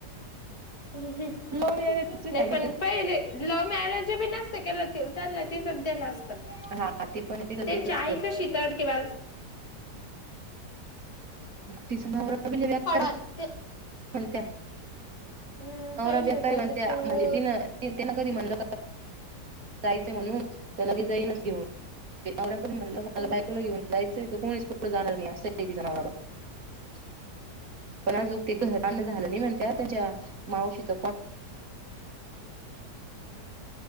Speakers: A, on the left (about 60°); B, on the right (about 55°).
A: नाही
B: लव्ह मॅरेजची साईड
A: पण
B: इफेक्ट
A: पहिले लव्ह मॅरेज बी नसत केल ते त्यांला तिथंच देल असत त्यांची
B: हा ते पण तिथंच देत होत
A: आई कशी तडके बाज
B: तिचा नवरा लय बेकार
A: त <unintelligible>
B: म्हणत्या
A: हम्म
B: नवरा
A: पैशाचा
B: बेक्कार
A: याच्यात
B: म्हणत्या
A: चिंगूस
B: म्हणजे तिनं तिनं कधी म्हणलं जायचंय म्हणून त्या लगे जाईनच घेऊन नवरऱ्यान कधी म्हणलं मला
A: हम्म
B: बायकोला घेऊन जायचंय तर कोणीच कुट जाणार नाही असं तिचा नवरा बाई
A: <unintelligible>
B: पण आजग ते घर बांधण झालं नाही म्हणत त्याच्या मावशीच